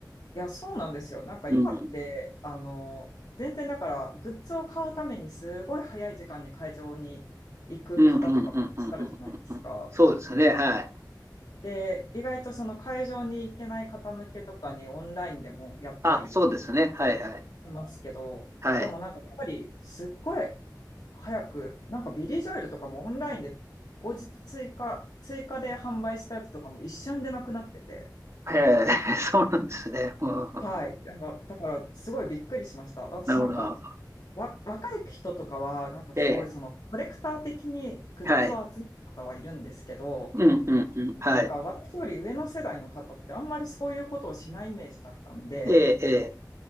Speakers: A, on the left; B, on the right.
A: いや、そうなんですよ。なんか今って、
B: うん。
A: あの、全然だから、グッズを買うためにすごい早い時間に会場に行く方とかもいらっしゃるじゃないですか。
B: うんうんうんうんうんうんうん。そうですね。はい。
A: で、意外とその会場に行けない方向けとかにオンラインでもやったり
B: あ、そうですね。はいはい。
A: しますけど、
B: はい。
A: でもなんかやっぱりすっごい早く、なんかビリー・ジョエルとかもオンラインで後日追加、追加で販売したやつとかも一瞬でなくなってて、
B: えー、<laughs> そうなんですね。うん、
A: はい。だからだからすごいびっくりしました。私なんか、
B: なるほど、なるほど。
A: わ、若い人とかは、なんかすごいその、
B: ええ
A: コレクター的にグッズを集める方はいるんですけど、
B: はい。うんうんうん。はい。
A: なんか私より上の世代の方ってあんまりそういうことをしないイメージだったんで、
B: ええええ